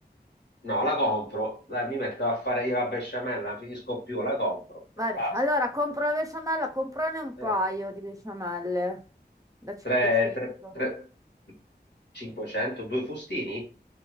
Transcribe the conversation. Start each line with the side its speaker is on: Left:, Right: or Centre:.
Left: No, la compro, dai, mi metto a fare io la besciamella, non finisco più, la compro,
Right: Vabbè,
Left: basta.
Right: allora compro la besciamella, comprane un paio
Left: Eh,
Right: di besciamelle da 500.
Left: tre, tre, tre, 500, due fustini?